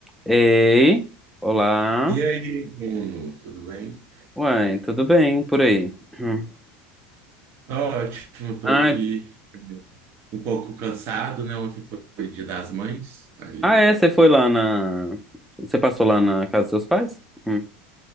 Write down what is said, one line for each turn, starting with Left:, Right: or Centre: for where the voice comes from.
Centre: Ei, olá.
Right: E aí, Bruno, tudo bem?
Centre: Uai, tudo bem por aí? Hum.
Right: Tô Ótimo, tô
Centre: Ai,
Right: aqui um pouco cansado, né? Ontem foi Dia das Mães, aí...
Centre: ah, é, você foi lá na... Você passou lá na casa dos seus pais? Hum.